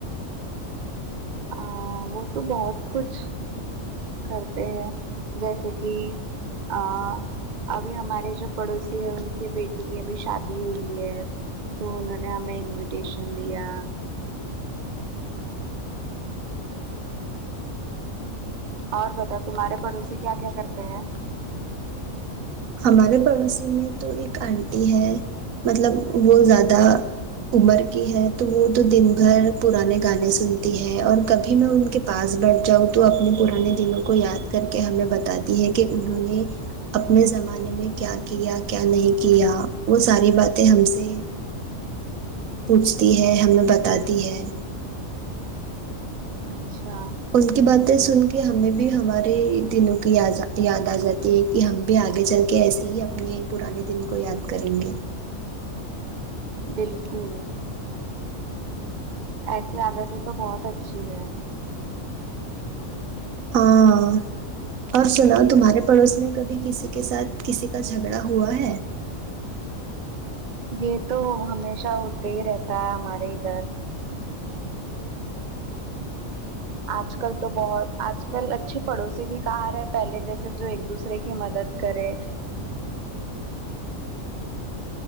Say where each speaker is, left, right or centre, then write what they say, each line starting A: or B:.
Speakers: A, on the right; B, on the right.
A: آں وہ تو بہت کچھ کرتے ہیں جیسے کی آ ابھی ہمارے جو پڑوسی ہے ان کے بیٹی کی ابھی شادی ہوئی ہے تو انہوں نے ہمیں انویٹیشن دیا اور بتاؤ تمہارے پڑوسی کیا کیا کرتے ہیں
B: ہمارے پڑوسی میں تو ایک آنٹی ہے مطلب وہ زیادہ عمر کی ہے تو وہ تو دن بھر پرانے گانے سنتی ہے اور کبھی میں ان کے پاس بیٹھ جاؤں تو اپنے پرانے دنوں کو یاد کر کے ہمیں بتاتی ہے کہ انہوں نے اپنے زمانے میں کیا کیا کیا نہیں کیا وہ ساری باتیں ہم سے پوچھتی ہے ہمیں بتاتی ہے
A: اچھا
B: اس کی باتیں سن کے ہمیں بھی ہمارے دنوں کی یاد یاد آ جاتی ہے کہ ہم بھی آگے چل کے ایسے ہی اپنے پرانے دن کو یاد کریں گے
A: بالکل ایسی عادتیں تو بہت اچھی ہے
B: ہاں اور سناؤ تمہارے پڑوس میں کبھی کسی کے ساتھ کسی کا جھگڑا ہوا ہے
A: یہ تو ہمیشہ ہوتے ہی رہتا ہے ہمارے ادھر آج کل تو بہت آج کل اچھے پڑوسی بھی کہاں رہے پہلے جیسے جو ایک دوسرے کی مدد کرے